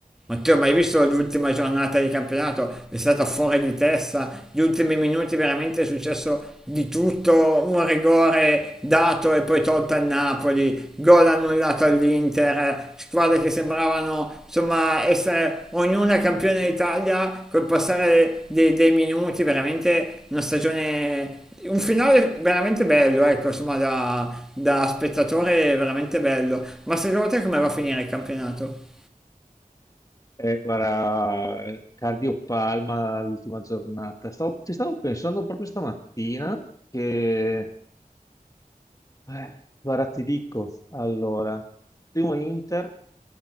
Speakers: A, in the centre; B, on the left.
A: Matteo, ma hai visto l'ultima giornata di campionato? È stata fuori di testa, gli ultimi minuti veramente è successo di tutto, un rigore dato e poi tolto al Napoli, gol annullato all'Inter, squadre che sembravano insomma essere ognuna campione d'Italia col passare dei, dei minuti, veramente una stagione un finale veramente bello, ecco, insomma, da, da spettatore veramente bello. Ma secondo te come va a finire il campionato?
B: Eh, guarda, cardiopalma l'ultima giornata. Stavo- ci stavo pensando proprio stamattina che, eh, guarda, ti dico, allora, primo Inter,